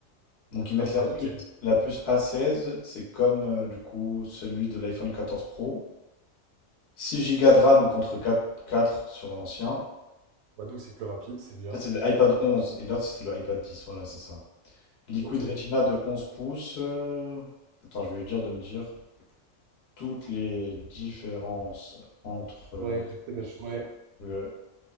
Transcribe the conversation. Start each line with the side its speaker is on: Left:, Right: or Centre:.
Left: Donc ils mettent
Right: Ah, c'est
Left: la puce,
Right: nickel.
Left: la puce A16, c'est comme euh, du coup celui de l'iPhone 14 Pro. 6 Go de RAM contre 4 4 sur l'ancien. En
Right: Bah, donc, c'est plus rapide. C'est bien.
Left: fait, c'est le iPad 11 et l'autre c'était le iPad 10, voilà, c'est ça. Liquid
Right: Ok.
Left: Retina de 11 pouces. euh, Attends, je vais lui dire de me dire toutes les différences entre
Right: Ouais, je te pêche.
Left: euh,
Right: ouais,
Left: le